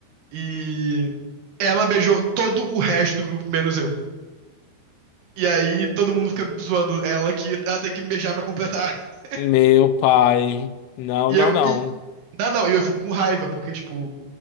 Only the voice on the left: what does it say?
Meu pai. Não,
não,
não.